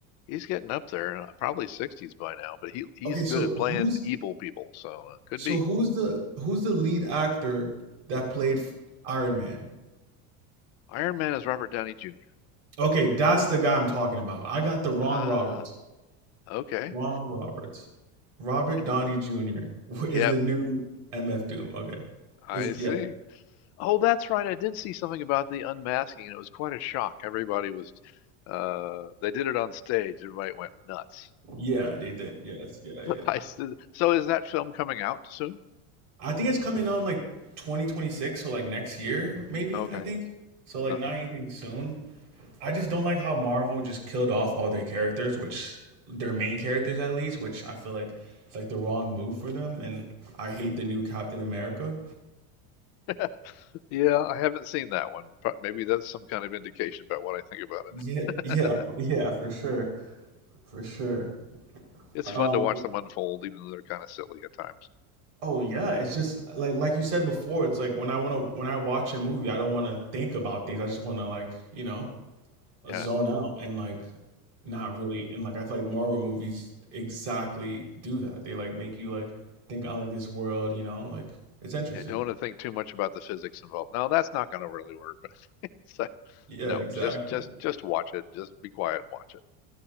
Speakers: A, on the left; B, on the right.
A: he's getting up there, uh, probably 60s by now, but he he's
B: okay? So
A: good at playing
B: who's
A: evil people, so uh, could
B: so
A: be.
B: who's the who's the lead actor that played Iron Man?
A: Iron Man is Robert Downey Jr.
B: Okay, that's the guy I'm talking about. I got the wrong
A: Ah,
B: Roberts.
A: okay.
B: Wrong Roberts. Robert
A: <laughs>
B: Downey Jr. <laughs> is
A: Yep,
B: the new MF Doom. Okay.
A: I
B: Is
A: see.
B: yeah.
A: Oh, that's right. I did see something about the unmasking, and it was quite a shock. Everybody was, uh, they did it on stage. Everybody went nuts.
B: Yeah, they did. Yes. Yeah, yeah.
A: I s- so is that film coming out soon?
B: I think it's coming out in like 2026, so like next year, maybe,
A: Okay.
B: I think. So like
A: Uh-huh.
B: not anything soon. I just don't like how Marvel just killed off all their characters, which their main characters at least, which I feel like it's like the wrong move for them and I hate the new Captain America.
A: <laughs> Yeah, I haven't seen that one. Maybe that's some kind of indication about what I think about it.
B: Yeah, yeah, f-
A: <laughs>
B: yeah, for sure, for sure.
A: It's
B: Um,
A: fun to watch them unfold, even though they're kind of silly at times.
B: oh yeah, it's just like like you said before, it's like when I wanna when I watch a movie, I don't wanna think about things. I just wanna like, you know,
A: Yeah,
B: zone out and like not really and like I feel like Marvel movies exactly do that. They like make you like think out of this world, you know, like it's interesting.
A: yeah. Don't want to think too much about the physics involved. No, that's not going to really work. But <laughs> it's like,
B: Yeah,
A: no,
B: exactly.
A: just just just watch it. Just be quiet and watch it.